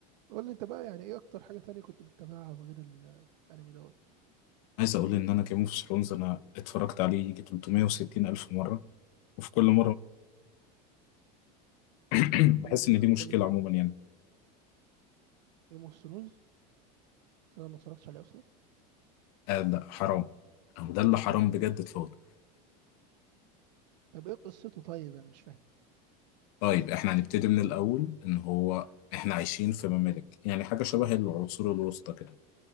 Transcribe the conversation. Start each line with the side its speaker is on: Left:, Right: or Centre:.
Right: قول لي انت بقى يعني ايه اكتر حاجة تانية كنت بتتابعها غير ال- الانمي دوت
Left: عايز اقول ان انا جيم اوف ثرونز انا اتفرجت عليه يجي 360 الف مره وفي كل مره <clears throat>
Right: كل
Left: بحس
Right: مرة
Left: ان دي مشكله
Right: كل مرة
Left: عموما يعني
Right: جيم اوف ثرونز بس انا ما اتفرجتش عليه اصلا
Left: آه ده حرام او ده اللي حرام بجد اتفضل
Right: طب ايه قصته طيب انا مش فاهم
Left: طيب احنا هنبتدي من الاول ان هو احنا عايشين في ممالك يعني حاجه شبه العصور الوسطى كده